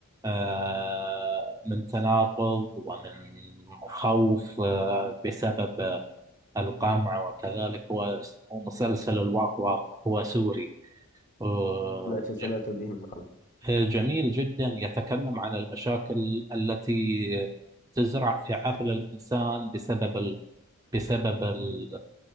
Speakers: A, on the right; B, on the left.
A: آه، من تناقض ومن خوف آه، بسبب القمع وكذلك هو هو مسلسل الواق واق هو سوري آه،
B: سمعت سمعت
A: ج-
B: به من قبل
A: آه، جميل جدا يتكلم عن المشاكل التي تزرع في عقل الإنسان بسبب بسبب ال-